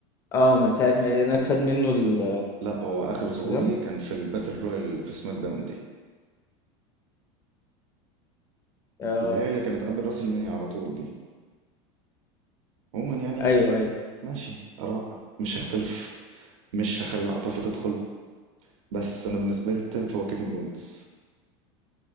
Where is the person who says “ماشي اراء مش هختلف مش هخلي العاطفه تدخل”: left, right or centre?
Right